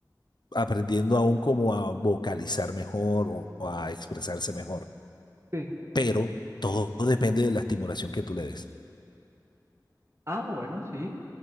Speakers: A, on the left; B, on the right.
A: aprendiendo aún como a vocalizar mejor o, o a expresarse mejor.
B: Sí.
A: Pero todo depende de la estimulación que tú le des.
B: Ah, bueno, sí.